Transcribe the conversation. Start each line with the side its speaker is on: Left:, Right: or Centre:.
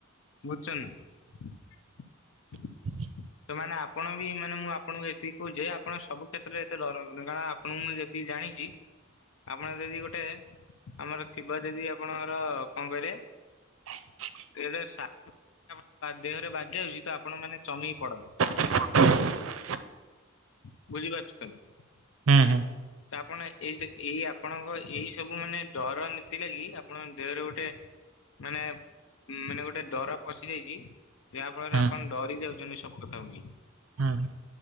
Left: <unintelligible>
Right: <inaudible>
Left: ତ ମାନେ ଆପଣ ବି ମାନେ ମୁଁ ଆପଣଙ୍କୁ ଏତିକି କୋହୁଚି ଯେ ଆପଣ ସବୁ କ୍ଷେତ୍ରରେ ଏତେ ଡରନ୍ତୁନି। <unintelligible> ପଣଙ୍କୁ ମୁଁ ଯେତିକି ଜାଣିଚି। ଆପଣ ଯଦି ଗୋଟେ ଆମର ଥିବ ଯଦି ଆପଣଙ୍କର କଁ କହିଲେ
Right: <inaudible>
Left: <unintelligible> <unintelligible> ଦେହରେ ବାଜ୍ ଯାଉଚି ତ ଆପଣ ମାନେ ଚମିକି ପଡନ୍ତି।
Right: <unintelligible>
Left: ବୁଝିପାରୁଚନ୍ତି।
Right: ହୁଁ ହୁଁ।
Left: ତ ଆପଣ ଏଇ ଯେ ଏଇ ଆପଣଙ୍କ ଏଇ ସବୁ ମାନେ ଡର ନୀତି ଲାଗି ଆପଣଙ୍କ ଦେହରେ ଗୋଟେ ମାନେ ଉଁ ମାନେ ଗୋଟେ ଡର ପଶିଯାଇଚି ଯାହା
Right: ହୁଁ
Left: ଫଳରେ ଆପଣ ଡରି ଯାଉଚନ୍ତି ସବୁ କଥାକୁ ନେଇକି।
Right: ହୁଁ